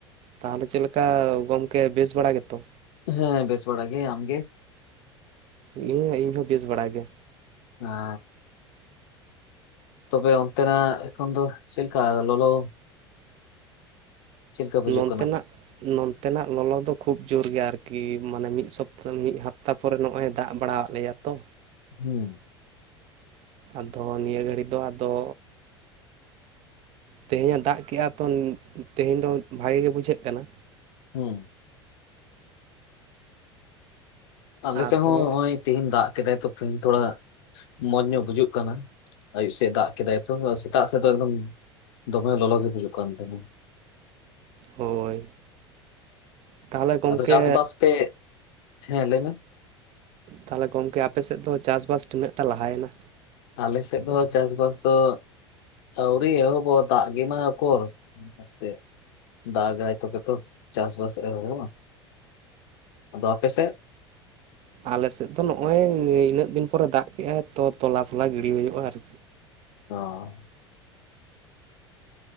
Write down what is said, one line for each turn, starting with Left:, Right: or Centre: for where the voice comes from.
Right: ᱛᱟᱦᱚᱞᱮ ᱪᱮᱫ ᱞᱮᱠᱟ, ᱜᱚᱢᱠᱮ ᱵᱮᱥ ᱵᱟᱲᱟ ᱜᱮᱛᱚ?
Left: ᱦᱮᱸ, ᱵᱮᱥ ᱵᱟᱲᱟ ᱜᱮ, ᱟᱢ ᱜᱮ?
Right: ᱤᱭᱟᱹ, ᱤᱧᱦᱚᱸ ᱵᱮᱥ ᱵᱟᱲᱟ ᱜᱮ᱾
Left: ᱦᱟ ᱛᱚᱵᱮ ᱚᱱᱛᱮᱱᱟ ᱮᱠᱷᱚᱱ ᱫᱚ ᱪᱮᱫᱞᱮᱠᱟ ᱞᱚᱞᱚ ᱪᱮᱫ ᱞᱮᱠᱟ ᱵᱩᱡᱩᱜ
Right: ᱱᱚᱱᱛᱮᱱᱟᱜ
Left: ᱠᱟᱱᱟ
Right: ᱱᱚᱱᱛᱮᱱᱟᱜ ᱞᱚᱞᱚ ᱫᱚ ᱠᱷᱩᱵᱽ ᱡᱳᱨ ᱜᱮᱭᱟ ᱟᱨᱠᱤ ᱢᱟᱱᱮ ᱢᱤᱫ ᱥᱚᱯᱛᱟ ᱢᱤᱫ ᱦᱟᱯᱛᱟ ᱠᱷᱚᱱ ᱯᱚᱨᱮ ᱱᱚᱜᱼᱚᱭ ᱫᱟᱜ ᱵᱟᱲᱟᱣᱟᱫ ᱞᱮᱭᱟ ᱛᱚ᱾
Left: ᱦᱮᱸ
Right: ᱟᱫᱚ ᱱᱤᱭᱟᱹ ᱜᱷᱟᱹᱲᱤ ᱫᱚ ᱟᱫᱚ ᱛᱮᱦᱮᱧᱟᱜ ᱫᱟᱜ ᱠᱮᱫᱮᱜᱼᱟ ᱛᱚ ᱛᱮᱦᱮᱧ ᱫᱚ ᱵᱷᱟᱜᱮ ᱜᱮ ᱵᱩᱡᱷᱟᱹᱜ ᱠᱟᱱᱟ᱾
Left: ᱦᱮᱸ ᱟᱞᱮᱥᱮᱫ
Right: ᱟᱫᱚ
Left: ᱦᱚᱸ ᱱᱚᱜᱼᱚᱭ ᱛᱤᱦᱮᱧ ᱫᱟᱜ ᱠᱮᱫᱟᱭ ᱛᱚ ᱛᱤᱦᱤᱧ ᱛᱷᱚᱲᱟ ᱢᱚᱸᱡᱽ ᱧᱚᱜ ᱵᱩᱡᱩᱜ ᱠᱟᱱᱟ᱾ ᱟᱭᱩᱵ ᱥᱮᱫ ᱫᱟᱜ ᱠᱮᱫᱟᱭ ᱛᱚ ᱥᱮᱛᱟᱜ ᱥᱮᱫ ᱫᱚ ᱮᱠᱫᱚᱢ ᱫᱚᱢᱮ ᱞᱚᱞᱚ ᱜᱮ ᱵᱩᱡᱩᱜ ᱠᱟᱱ ᱛᱟᱦᱮᱸᱱᱟ ᱾
Right: ᱦᱳᱭ ᱛᱟᱦᱚᱞᱮ ᱜᱚᱝᱠᱮ
Left: ᱟᱫᱚ ᱪᱟᱥᱵᱟᱥ ᱯᱮ ᱦᱮᱸ ᱞᱟᱹᱭ ᱢᱮ
Right: ᱛᱟᱦᱚᱞᱮ ᱜᱚᱝᱠᱮ ᱟᱯᱮᱥᱮᱫ ᱫᱚ ᱪᱟᱥᱵᱟᱥ ᱛᱤᱱᱟᱹᱜ ᱴᱟ ᱞᱟᱦᱟᱭᱮᱱᱟ᱾
Left: ᱟᱞᱮᱥᱮᱫ ᱫᱚ ᱪᱟᱥᱵᱟᱥ ᱫᱚ ᱟᱹᱣᱨᱤ ᱮᱦᱚᱵᱚᱜ ᱫᱟᱜ ᱜᱮᱢᱟ ᱚᱠᱚᱨ ᱢᱚᱸᱡᱽ ᱫᱟᱜᱟᱭ ᱛᱚᱵᱮ ᱛᱚ ᱪᱟᱥ ᱵᱟᱥ ᱮᱦᱚᱵᱚᱜ ᱟᱫᱚ ᱟᱯᱮ ᱥᱮᱫ
Right: ᱟᱞᱮᱥᱮᱫ ᱫᱚ ᱱᱚᱜᱼᱚᱭ ᱤᱱᱟᱹᱜ ᱫᱤᱱ ᱯᱚᱨᱮ ᱫᱟᱜ ᱠᱮᱫᱮᱜᱟᱭ ᱛᱚ ᱛᱚᱞᱟ ᱛᱚᱞᱟ ᱜᱤᱲᱤ ᱦᱩᱭᱩᱜᱼᱟ ᱟᱨᱠᱤ᱾
Left: ᱚ